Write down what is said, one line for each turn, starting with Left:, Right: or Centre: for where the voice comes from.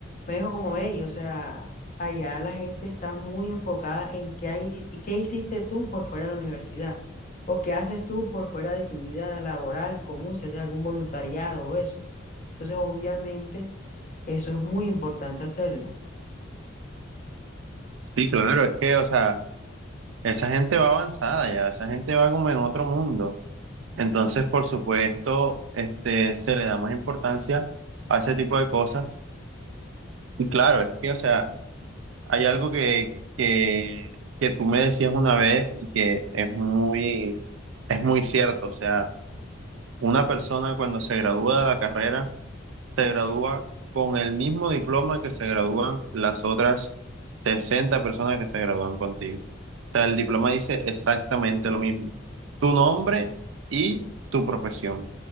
Left: me dijo como, hey, o sea, allá la gente está muy enfocada en qué hay, qué hiciste tú por fuera de la universidad o qué haces tú por fuera de tu vida laboral común, si haces algún voluntariado o eso. Entonces, obviamente, eso es muy importante hacerlo.
Right: Sí, claro, es que, o sea, esa gente va avanzada ya, esa gente va como en otro mundo. Entonces, por supuesto, este, se le da más importancia a ese tipo de cosas. Y claro, es que, o sea, hay algo que, que, que tú me decías una vez y que es muy, es muy cierto, o sea, una persona cuando se gradúa de la carrera, se gradúa con el mismo diploma que se gradúan las otras 60 personas que se gradúan contigo. O sea, el diploma dice exactamente lo mismo. Tu nombre y tu profesión.